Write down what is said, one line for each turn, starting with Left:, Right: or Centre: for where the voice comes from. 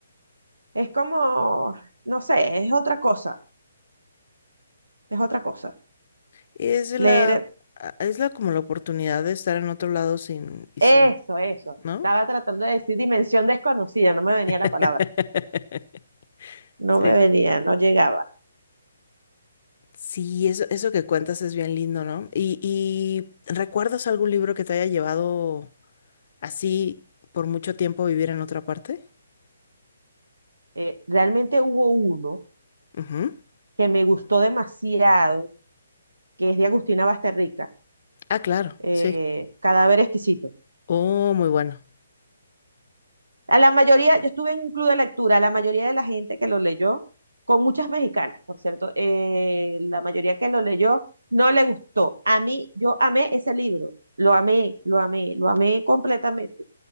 Right: es como, no sé, es otra cosa, es otra cosa.
Left: Es la,
Right: Leer
Left: a- es la como la oportunidad de estar en otro lado sin, y
Right: eso,
Left: sin,
Right: eso.
Left: ¿no?
Right: Estaba tratando de decir dimensión desconocida, no me venía
Left: <laughs>
Right: la palabra, no
Left: Sí.
Right: me venía, no llegaba.
Left: Sí, eso, eso que cuentas es bien lindo, ¿no? Y, y ¿recuerdas algún libro que te haya llevado así por mucho tiempo a vivir en otra parte?
Right: Eh, realmente hubo uno
Left: Ujú.
Right: que me gustó demasiado que es de Agustina Basterrica,
Left: Ah, claro,
Right: eh,
Left: sí.
Right: Cadáver Exquisito.
Left: Oh, muy bueno.
Right: A la mayoría, yo estuve en un club de lectura, la mayoría de la gente que lo leyó, con muchas mexicanas, por cierto, eh, la mayoría que lo leyó no le gustó. A mí, yo amé ese libro, lo amé, lo amé, lo amé completamente.